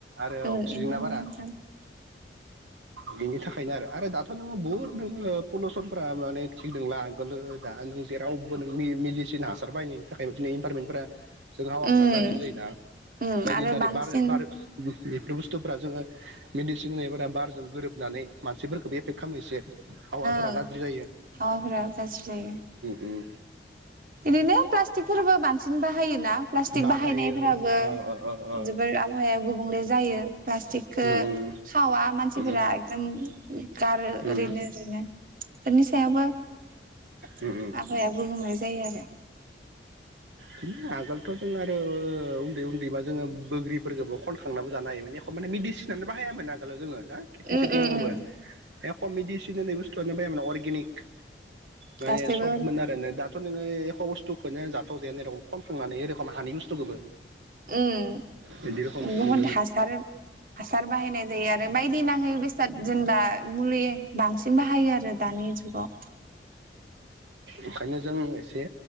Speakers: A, on the right; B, on the right.
A: आरो
B: उम
A: अक्सिजेना
B: ओमफ्राय
A: बारा।
B: <inaudible>
A: बेनि थाखायनो आरो आरो दाथ' नोङो बुहुद नोङो पलुसनफ्रा माने थिग नोंला गोलो दा नों जेरावबो नोंनि मिडिसिन हासार बाहायनायनि थाखाय माने इन्भारमेन्टफोरा जों हावाफोरा
B: उम
A: गाज्रि जायोना
B: उम
A: जायनि
B: आरो
A: दारै
B: बांसिन
A: बार बार बेफोर बुस्थुफ्रा जोङो मेडिसिन होनायफोरा बारजों गोरोबनानै मानसिफोरखौबो एफेक्ट खालामो एसे। हावाफोरा
B: औ
A: गाज्रि जायो
B: हावाफोरा गाज्रि जायो।
A: उम।
B: बिदिनो प्लास्टिकफोरबो बांसिन बाहायोना प्लास्टिक
A: बाहायो
B: बाहायनायफोराबो
A: अ अ अ अ
B: जोबोर आबहावाया गुबुं ले जायो प्लास्टिकखौ
A: उम उम
B: खावा मानसिफोरा
A: उम
B: एकदम गारो
A: उम
B: ओरैनो
A: उम
B: ओरैनो बेनि सायावबो आबहावाया
A: उम उम
B: गुबुंले जायो
A: उम आगोलथ' जों आरो उन्दै उन्दैबा जोङो बोग्रिफोरखौबो खनखांनाबो जानो हायोमोन एख' माने मेडिसिनानो बाहायामोन आगोलाव जोङो। दा खेथि
B: आरो
A: सेथि मावबा एख' मेडिसिन होन्नाय बस्थुआनो बाहायामोन अरगेनिक माने
B: गासैबो
A: सबमोन आरो दाथ' नोङो एख' बुस्थुखौनो जाथावजाया होन्नाय रखम खनखांनानै ओइ रखम हानि बुस्थुखौबो
B: उम
A: बिदि रोखम नुनो
B: बहुद
A: मोनो
B: हासार हासार बाहायनाय जायो आरो बायदि नाङै बेसाद जेनेबा मुलि बांसिन बाहायो आरो दा दानि जुगाव
A: ओंखायनो जों एसे